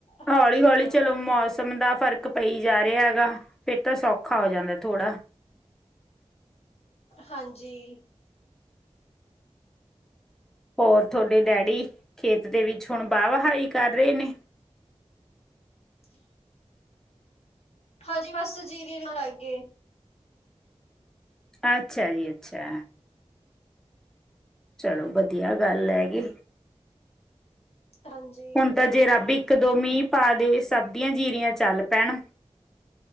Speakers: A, on the left (about 65°); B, in the centre.
A: ਹਾਂਜੀ
B: ਹੌਲੀ-ਹੌਲੀ
A: ਹਾਂ
B: ਚਲੋ ਮੌਸਮ ਦਾ ਫਰਕ ਪਈ ਜਾ ਰੇਹਾ ਹੈਗਾ ਫੇਰ ਤਾਂ ਸੌਖਾ ਹੋ ਜਾਂਦਾ ਥੋੜਾ।
A: ਹਾਂਜੀ।
B: ਹੋਰ ਤੁਹਾਡੇ ਡੈਡੀ ਖੇਤ ਦੇ ਵਿੱਚ ਹੁਣ ਬਾਹ ਵਹਾਹੀ ਕਰ ਰਹੇ ਨੇ
A: ਕੀ ਹਾਂਜੀ ਬਸ ਜੀਰੀ ਵੀ ਲਾਗੇ।
B: ਅੱਛਾ ਜੀ ਅੱਛਾ। ਚਲੋ ਵਧੀਆ ਗੱਲ ਹੈਗੀ
A: ਹਾਂਜੀ
B: ਹੁਣ ਤਾਂ ਜੇ ਰੱਬ ਈ ਇੱਕ-ਦੋ ਮੀਂਹ ਪਾ ਦੇ ਸਭ ਦੀਆਂ ਜੀਰੀਆਂ ਚੱਲ ਪੈਣ।